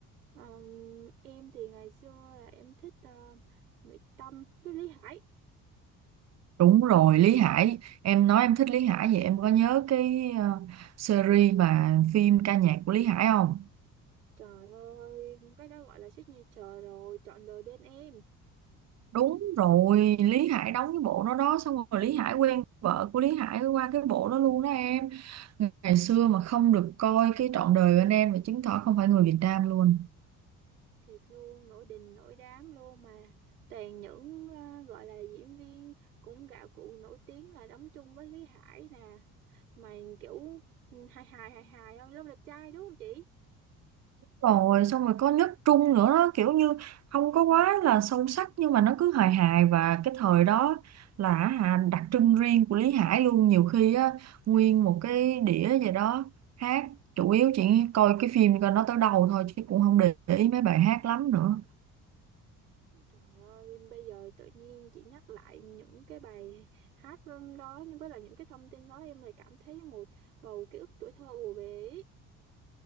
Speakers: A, on the right (about 85°); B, on the right (about 35°).
A: Ờm, em thì ngày xưa là em thích ờ, Mỹ Tâm với Lý Hải
B: đúng rồi Lý Hải em nói em thích Lý Hải vậy em có nhớ cái ờ, series mà phim ca nhạc của Lý Hải không
A: Trời ơi, cái đó gọi là signature rồi, trọn đời bên em.
B: đúng rồi Lý Hải đóng cái bộ đó đó xong rồi Lý Hải quen vợ của Lý Hải qua cái bộ đó luôn đó em ngày xưa mà không được coi cái trọn đời bên em mà chứng tỏ không phải người Việt Nam luôn
A: Thiệt luôn, nổi đình nổi đám luôn mà. Toàn những à, gọi là diễn viên cũng gạo cội nổi tiếng là đóng chung với Lý Hải nè. Mà kiểu ừ, hài hài hài hài không? Long đẹp trai đúng không chị?
B: rồi xong rồi có nước Trung nữa đó kiểu như không có quá là sâu sắc nhưng mà nó cứ hài hài và cái thời đó là hả, đặc trưng riêng của Lý Hải luôn nhiều khi á nguyên một cái đĩa gì đó hát chủ yếu chỉ coi cái phim coi nó tới đầu thôi chứ cũng không để, để ý mấy bài hát lắm nữa
A: Trời ơi, bây giờ tự nhiên chị nhắc lại những cái bài hát đó nhưng với là những cái thông tin đó em lại cảm thấy một bầu ký ức tuổi thơ ùa về. ý.